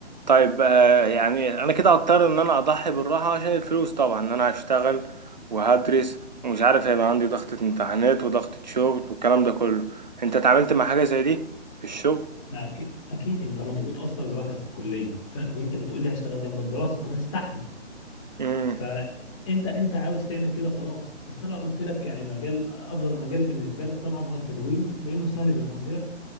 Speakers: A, on the right; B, on the left.
A: طيب آه يعني انا كده هضطر ان انا اضحي بالراحه عشان الفلوس طبعا ان انا هشتغل وهدرس ومش عارف هيبقى عندي ضغطه امتحانات وضغطه شغل والكلام ده كله انت اتعاملت مع حاجه زي دي في الشغل
B: ما أكيد, اكيد انت مضغوط اصلا لوحدك في الكليه ف... وانت بتقول لي هشتغل جنب الدراسه خلاص استحمل
A: امم
B: فانت انت عاوز تعمل كده خلاص بس انا قلت لك يعني مجال افضل مجال بالنسبه لك طبعا هو التدوين لانه سهل زي ما قلت لك